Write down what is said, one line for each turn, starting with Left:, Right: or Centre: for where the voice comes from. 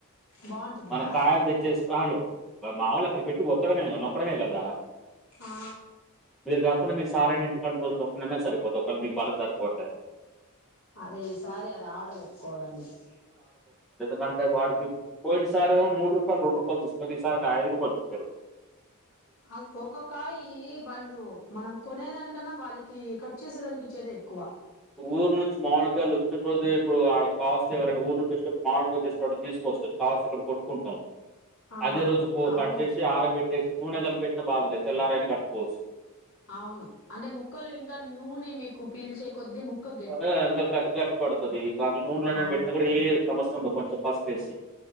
Left: బాగుంటుందా
Centre: మన కాయల తెచ్చిసి కాదు మాముూలు అక్కడ పెట్టి ఒత్తడమేదొక్కడమే కదా
Left: ఆ
Centre: మీరు కాకుండా మీరు సార్ అని ఇక్కడి కొంచ ఒకనా సరిపోతే ఒకళ్ళ మీకు బళ సరిపోవట్లేదా
Left: అదే ఈసారి అది ఆర్డర్ పెట్టుకోవాలండి.
Centre: కంటే వాడికి పోయినసార్ ఏమొ మూడు రూపాయలు రెండు రూపాయలు తీసుకు ఈసారికి ఐదు రూపాయలు తిప్పరు.
Left: ఆల్ ఒక్కకాయి వాళ్ళు మనం కొనేదానికి కన్నా వాళ్ళకి కట్ చేసేదానికి ఇచ్చేద ఎక్కువ
Centre: ఊరు నుంచి మామిడికాయలు వచ్చిన రోజే ఇప్పుడు కావాల్స్త ఎవరనా ఊరు నుంచి వచేటపుడు మామిడిగాలు తీసుకో <unintelligible> కోసుకొని కావలిస్తే ఇక్కడ కొట్టుకుంటాం
Left: ఆ
Centre: అదే రోజు కొ
Left: అవును
Centre: కట్ చేసి ఆట్ ఏసి నూన కలిపెట్న బాధలేద్ తెల్లరైనా కల్పుకోవచ్చు
Left: అవును అంటే ముక్కలు ఇంకా నూనె మీకు పీల్చే కొద్ద్దీ ముక్కక్
Centre: ఆ ఇంకా గట్టి గట్టి పడుతది ఈ కాన్ నూనెలోనే
Left: ఆ
Centre: పెట్టినా కూడా ఏ సమస్య ఉండ కొంచెం పసిపేసి